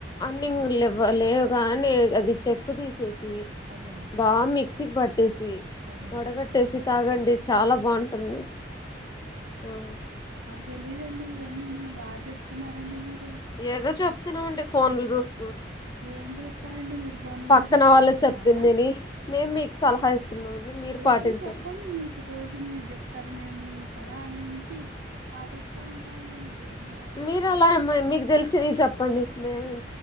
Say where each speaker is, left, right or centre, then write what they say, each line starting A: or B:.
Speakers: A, on the left (about 20°); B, on the right (about 70°).
A: నింగ్ లెవ్వ లేవ్గానే అది చెక్కు తీసేస్ సీ
B: అదే
A: బా మిక్సిక్ బట్ సీ
B: అదేనండి
A: వడగట్టేసి తాగండి చాలా బాగుం టుంది ఆ
B: తెలీదుండి ఈయన్ని ను బాగా చెప్తున్నరండి మీరు
A: ఏదో చెప్తున్నమంటే ఫోన్లు చూస్తు
B: ఏం చూస్తారండి మీరు ఫోన్ల్లో
A: పక్కన
B: చూసి
A: వాళ్ళు
B: చెప్తున్నారా
A: చెప్పిందిని మేము మీకు సలహా ఇస్తున్నామండి మీరు పాటించండి
B: ఏదో చెప్పండి మీకు తోచింది మీరు చెప్తారు మేము మీ సలహా అనే నుంచి పాటిస్తా ఉంటామండి మీరు చే
A: మీరు అలా ఏమై మీకు తెలిసినయి చెప్పండి మేము ఇ